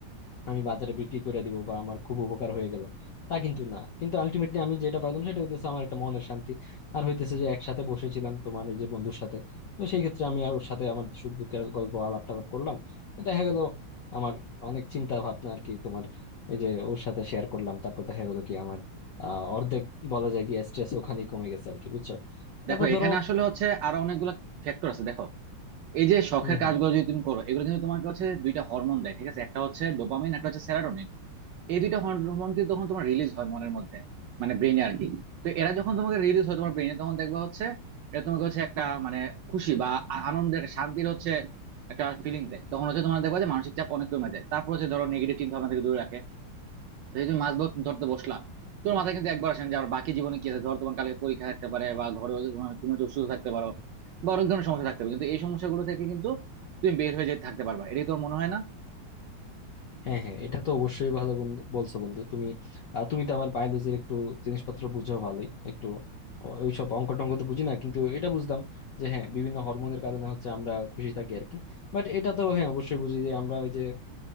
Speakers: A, on the left; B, on the right.
A: আমি বাজারে বিক্রি করে দিব বা আমার খুব উপকার হয়ে গেল তা কিন্তু না কিন্তু আলটিমেটলি আমি যেটা পাইলাম সেটা হইতেছে আমার একটা মনের শান্তি আর হইতেছে যে একসাথে বসেছিলাম তোমার এই যে বন্ধুর সাথে তো সেই ক্ষেত্রে আমি আর ওর সাথে আমার সুখ দুঃখের গল্প আলাপ টালাপ করলাম তো দেখা গেল আমার অনেক চিন্তা ভাবনা আর কি তোমার এই যে ওর সাথে শেয়ার করলাম তারপর দেখা গেল কি আমার আহ অর্ধেক বলা যায় কি স্ট্রেস ওখানেই কমে গেছে আর কি বুঝছো তারপর
B: দেখো
A: ধরো
B: এখানে আসলে হচ্ছে আরো অনেকগুলো ফ্যাক্টর আছে দেখো এই যে শখের
A: হম হম
B: কাজগুলো যদি তুমি করো এগুলো কিন্তু তোমাকে হচ্ছে দুইটা হরমোন দেয় ঠিক আছে একটা হচ্ছে ডোপামিন একটা হচ্ছে সেরাটোনিন এই দুইটা হরমোন কিন্তু তখন তোমার রিলিজ হয় মনের মধ্যে মানে ব্রেনে আর কি তো এরা যখন তোমাকে রিলিজ হয় তোমার ব্রেনে তখন দেখবা হচ্ছে এটা তোমাকে হচ্ছে একটা মানে খুশি বা আ- আনন্দের একটা শান্তির হচ্ছে একটা ফিলিং দেয় তখন হচ্ছে তোমার দেখবা যে মানসিক চাপ অনেক কমে যায় তারপর হচ্ছে ধরো নেগেটিভ চিন্তা ভাবনা থেকে দূরে রাখে তো যদি তুমি মাছ ধর- ধরতে বসলা তোমার মাথায় কিন্তু একবার আসে না যে আমার বাকি জীবনে কি আছে ধরো তোমার কালকে পরীক্ষা থাকতে পারে বা ঘরে হচ্ছে তোমার তুমি হচ্ছে অসুস্থ থাকতে পারো বা অনেক ধরনের সমস্যা থাকতে পারে কিন্তু এই সমস্যাগুলো থেকে কিন্তু তুমি বের হয়ে যেতে থাকতে পারবা এটাই তোমার মনে হয় না
A: হ্যাঁ হ্যাঁ এটা তো অবশ্যই ভালো বন্ধু বলছো বন্ধু তুমি আহ, তুমি তো আমার বায়োলজির একটু জিনিসপত্র বুঝো ভালোই একটু ও- ওইসব অঙ্ক টঙ্ক তো বুঝি না কিন্তু এটা বুঝলাম যে হ্যাঁ বিভিন্ন হরমোনের কারণে হচ্ছে আমরা খুশি থাকি আর কি বাট এটা তো হ্যাঁ অবশ্যই বুঝি যে আমরা ওই যে